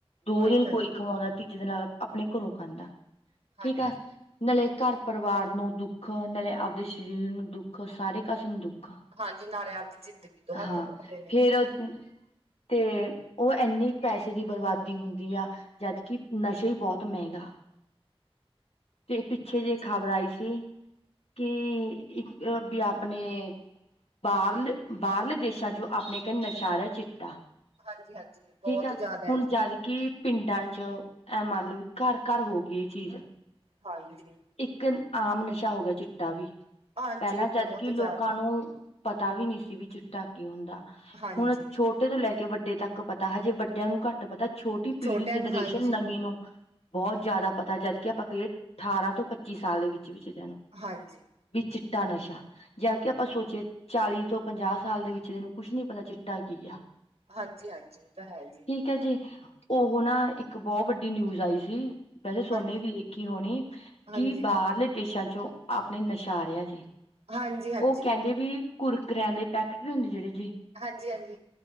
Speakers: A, on the left (about 85°); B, on the right (about 80°).
A: ਦੋ
B: ਉਹੀ
A: ਦਿਨ
B: ਤਾਂ
A: ਕੋਈ ਖਵਾਉਂਦਾ, ਤੀਜੇ ਦਿਨ ਨਾਲ ਆਪਣੇ ਘਰੋਂ ਖਾਂਦਾ, ਠੀਕ
B: ਹਾਂਜੀ
A: ਆ। ਨਾਲੇ ਘਰ ਪਰਿਵਾਰ ਨੂੰ ਦੁੱਖ, ਨਾਲੇ ਆਪਦੇ ਸਰੀਰ ਨੂੰ ਦੁੱਖ ਸਾਰੇ ਕਸੇ ਨੂੰ ਦੁੱਖ।
B: ਹਾਂਜੀ ਨਾਲੇ ਆਪਦੀ ਜ਼ਿੰਦਗੀ ਤੋਂ ਹੱਥ
A: ਹਾਂ
B: ਧੋਂਦੇ ਨੇ
A: ਫੇਰ <inaudible> ਤੇ ਉਹ ਇੰਨੀ ਪੈਸੇ ਦੀ ਬਰਬਾਦੀ ਹੁੰਦੀ ਆ ਜਦਕਿ ਨਸ਼ੇ ਹੀ ਬਹੁਤ ਮਹਿੰਗਾ ਤੇ ਪਿੱਛੇ
B: ਹਾਂਜੀ
A: ਜੇ ਖ਼ਬਰ ਆਈ ਸੀ ਕਿ ਇੱਕ ਵੀ ਆਪਣੇ ਬਾਹਰਲੇ-ਬਾਹਰਲੇ ਦੇਸਾਂ 'ਚ ਆਪਣੇ ਕਨੀ ਨਸ਼ਾ ਆ ਰਿਹਾ ਚਿੱਟਾ
B: ਹਾਂਜੀ ਹਾਂਜੀ ਬਹੁਤ
A: ਠੀਕ ਆ।
B: ਜ਼ਿਆਦਾ ਹੈ
A: ਹੁਣ
B: ਜੀ
A: ਜਦਕਿ ਪਿੰਡਾਂ 'ਚ ਇਹ ਮੰਨ ਲਓ ਘਰ-ਘਰ ਹੋ ਗਈ ਇਹ ਚੀਜ਼
B: ਹਾਂਜੀ
A: ਇੱਕ ਆਮ ਨਸ਼ਾ ਹੋ ਗਿਆ ਚਿੱਟਾ ਵੀ,
B: ਹਾਂਜੀ
A: ਪਹਿਲਾਂ ਜਦਕਿ
B: ਬਹੁਤ ਜ਼ਿਆਦਾ
A: ਲੋਕਾਂ ਨੂੰ ਪਤਾ ਵੀ ਨਹੀ ਸੀ ਵੀ ਚਿੱਟਾ ਕਿ ਹੁੰਦਾ?
B: ਹਾਂਜੀ
A: ਹੁਣ ਛੋਟੇ ਤੋਂ ਲੈ ਕੇ ਵੱਡੇ ਤੱਕ ਪਤਾ ਹੈ ਜੇ ਵੱਡਿਆਂ ਨੂੰ ਘੱਟ ਪਤਾ ਛੋਟੀ ਪੀੜ੍ਹੀ
B: ਛੋਟਿਆਂ
A: ਜਨਰੇਸ਼ਨ
B: ਨੂੰ ਹਾਂਜੀ
A: ਨਵੀਂ ਨੂੰ ਬਹੁਤ
B: ਹਾਂਜੀ
A: ਜ਼ਿਆਦਾ ਪਤਾ ਜਦਕਿ ਆਪਾਂ ਕਹੀਏ ਅਠਾਰਾਂ ਤੋਂ ਪੱਚੀ ਸਾਲ ਦੇ ਵਿੱਚ ਵੀ ਰ ਨੂੰ
B: ਹਾਂਜੀ
A: ਵੀ ਚਿੱਟਾ ਨਸ਼ਾ ਜ ਕੇ ਆਪਾਂ ਸੋਚੇ ਚਾਲੀ ਤੋਂ ਪੰਜਾਹ ਸਾਲ ਦੇ ਵਿੱਚ ਇਹੈਨੂੰ ਕੁਛ ਨੀ ਪਤਾ ਚਿੱਟਾ ਕੀ ਹੂੰਦਾ
B: ਹਾਂਜੀ-ਹਾਂਜੀ ਤਾਂ ਹੈ ਜੀ
A: ਹੈ ਜੀ ਉਹ ਨਾ ਇੱਕ ਬਹੁਤ ਵੱਡੀ ਨਿਊਜ਼ ਆਈ ਸੀ। ਵੈਸੇ ਸੋਨੇ
B: ਹਾਂਜੀ
A: ਵੀ ਇੱਕ ਹੀ ਹੋਣੀ
B: ਹਾਂਜੀ
A: ਕੀ
B: ਹਾਂਜੀ
A: ਬਾਹਰਲੇ ਦੇਸਾਂ ਚੋਂ ਆਪਣੇ ਨਸ਼ਾ ਰਿਹਾ ਜੀ
B: ਹਾਂਜੀ ਹਾਂਜੀ
A: ਉਹ ਕਹਿੰਦੇ ਵੀ ਕੁਰਕਰਿਆਂ ਦੇ ਪੈਕੇਟ ਵੀ ਹੁੰਦੇ ਜਿਹੜੀ
B: ਹਾਂਜੀ-ਹਾਂਜੀ